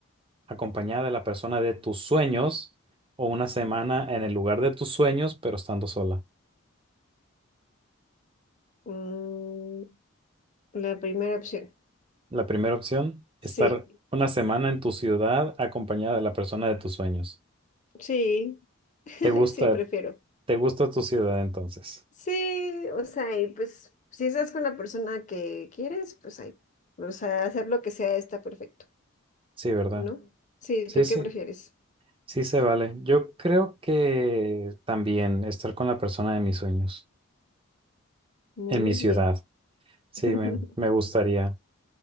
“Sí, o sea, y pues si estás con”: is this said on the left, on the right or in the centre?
Left